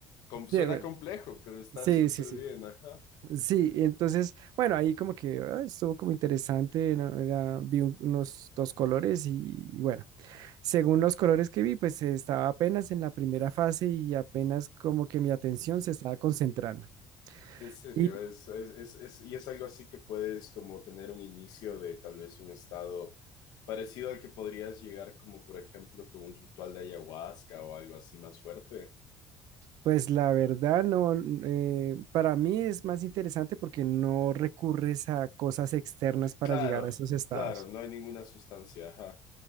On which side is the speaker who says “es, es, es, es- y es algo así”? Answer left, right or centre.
Left